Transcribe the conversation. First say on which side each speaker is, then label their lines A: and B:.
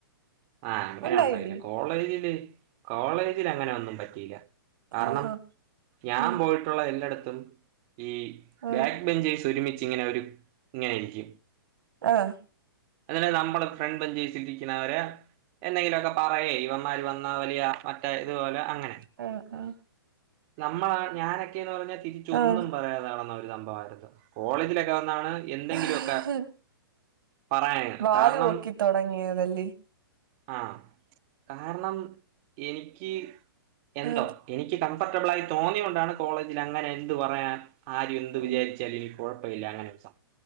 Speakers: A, on the right; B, on the right.
A: ആഹ അങ്ങനെ
B: ഉണ്ടായില്ലേ
A: ഉണ്ടായില്ല കോളേജില് കോളേജിൽ അങ്ങനെ ഒന്നും പറ്റിയില്ല. കാരണം
B: ആഹാ
A: ഞാൻ
B: ഉം
A: പോയിട്ടുള്ള എല്ലായിടത്തും ഈ
B: ആഹ്
A: ബാക്ക് ബെഞ്ചീസ് ഒരുമിച്ച് ഇങ്ങനെ ഒരു ഇങ്ങനെയിരിക്കും
B: ആഹ
A: അതിന് നമ്മള് ഫ്രണ്ട്ും ജീവിച്ചിരിക്കുന്നവരെ എന്തെങ്കിലുമൊക്കെ പറയ ഇവ വന്ന വലിയ മറ്റേ ഇതുപോലെ അങ്ങനെ
B: ആ ആ
A: നമ്മള ഞാനൊക്കെയന്ന് പറഞ്ഞാൽ തിരിച്ചൊന്നും
B: ആഹ്
A: പറയാതാണുന്ന ഒരു സംഭവമായിരുന്നു കോളേജിലൊക്കെ വന്നാണ് എന്തെങ്കിലുമൊക്കെ
B: ആഹ്
A: പറയാനാണ്
B: വാല്
A: കാരണം
B: പൊക്കി തൊടങ്ങിയതല്ലേ
A: ആഹ കാരണം എനിക്ക് എന്തോ
B: ആഹ്
A: എനിക്ക് കംഫർട്ടബിൾ ആയി തോന്നിയൊണ്ടാണ് കോളേജിൽ അങ്ങനെ എന്ത് പറയാൻ ആരും എന്ത്
B: ഉം
A: വിചാരിച്ചാലും എനിക്ക് കുഴപ്പമില്ല അങ്ങനെ ദിവസം